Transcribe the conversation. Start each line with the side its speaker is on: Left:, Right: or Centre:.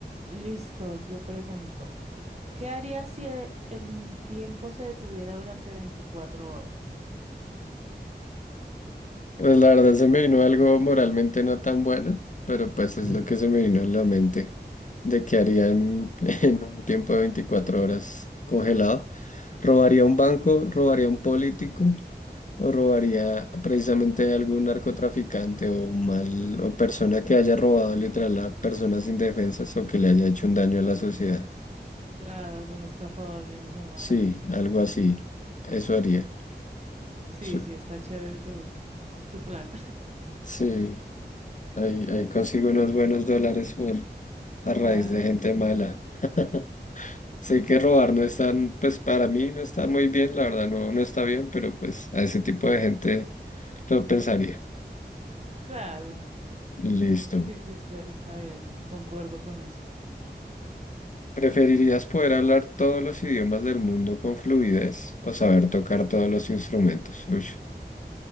Right: Listo, yo pregunto, ¿qué harías si el, el tiempo se detuviera durante veinticuatro horas?
Left: Pues la verdad se me vino algo moralmente no tan bueno, pero pues es
Right: <laughs>
Left: lo que se me vino a la mente de que haría en, <laughs> en un tiempo de 24 horas congelado. ¿Robaría un banco? ¿Robaría un político? ¿O robaría precisamente algún narcotraficante o mal o persona que haya robado literal a personas indefensas o que le haya hecho un daño a la sociedad?
Right: Claro, algún estafador, bien hijo de madre.
Left: Sí, algo así. Eso haría.
Right: Sí,
Left: Su-
Right: sí, está chévere tu, tu plan.
Left: Sí. Ahí, ahí consigo unos buenos dólares por a
Right: <laughs> Claro.
Left: raíz de gente mala. <laughs> Sé que robar no es tan, pues para mí no está muy bien, la verdad no, no está bien, pero pues a ese tipo de gente lo pensaría.
Right: Claro,
Left: Listo.
Right: sí, sí, está, está bien, concuerdo con eso.
Left: ¿Preferirías poder hablar todos los idiomas del mundo con fluidez o saber tocar todos los instrumentos? Uy,